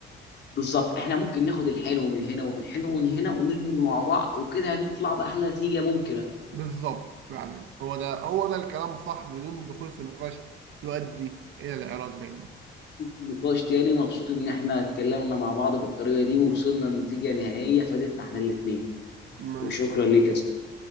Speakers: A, on the left; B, on the right.
A: بالظبط احنا ممكن ناخد الحلو من هنا والحلو من هنا وندمج مع بعض وكده هنطلع بأحلى نتيجة ممكنة
B: بالظبط يعني هو ده هو ده الكلام الصح بدون الدخول في نقاش يؤدي إلى الإعراض بيننا
A: نقاش تاني مبسوط ان احنا اتكلمنا مع بعض بالطريقة دي ووصلنا لنتيجة نهائية فادتنا احنا الاتنين
B: م-
A: وشكرا ليك يا صاحبي